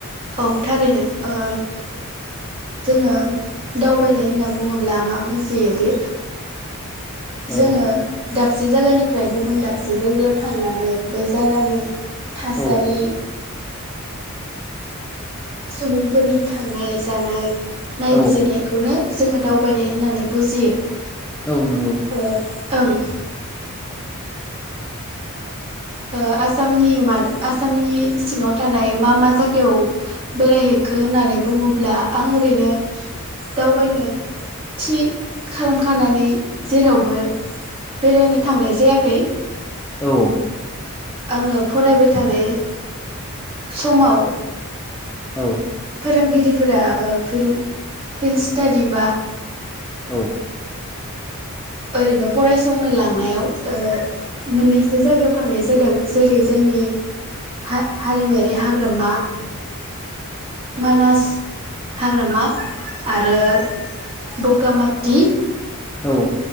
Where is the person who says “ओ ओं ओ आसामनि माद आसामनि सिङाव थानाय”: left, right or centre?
Right